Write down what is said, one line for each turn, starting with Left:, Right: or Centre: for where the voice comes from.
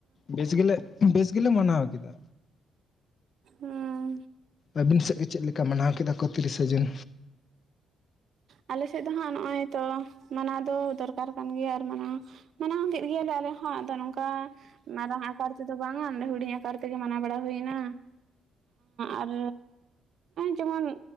Left: ᱵᱮᱥ ᱜᱮᱞᱮ ᱵᱮᱥ ᱜᱮᱞᱮ ᱢᱟᱱᱟᱣ ᱠᱮᱫᱟ
Right: ᱦᱩᱸ
Left: ᱟᱹᱵᱤᱱ ᱥᱮᱫ ᱜᱮ ᱪᱮᱫ ᱞᱮᱠᱟ ᱢᱟᱱᱟᱣ ᱠᱮᱫᱟ ᱠᱚ ᱛᱤᱨᱤᱥᱟ ᱡᱩᱱ
Right: ᱟᱞᱮᱥᱮᱫ ᱫᱚ ᱦᱟᱸᱜ ᱱᱚᱜᱼᱚᱭ ᱛᱚ ᱢᱟᱱᱟᱣ ᱫᱚ ᱫᱚᱨᱠᱟᱨ ᱠᱟᱱ ᱜᱮᱭᱟ ᱟᱨ ᱢᱟᱱᱟᱣ ᱢᱟᱱᱟᱣ ᱤᱭᱟᱹ ᱞᱮ ᱟᱞᱮ ᱦᱚᱸ ᱟᱫᱚ ᱱᱚᱝᱠᱟ ᱢᱟᱨᱟᱝ ᱟᱠᱟᱨ ᱛᱮᱫᱚ ᱵᱟᱝᱼᱟ ᱚᱰᱮ ᱦᱩᱰᱤᱧ ᱟᱠᱟᱨ ᱛᱮᱜᱮ ᱢᱟᱱᱟᱣ ᱵᱟᱲᱟ ᱦᱩᱭᱱᱟ ᱟᱨ ᱡᱮᱢᱚᱱ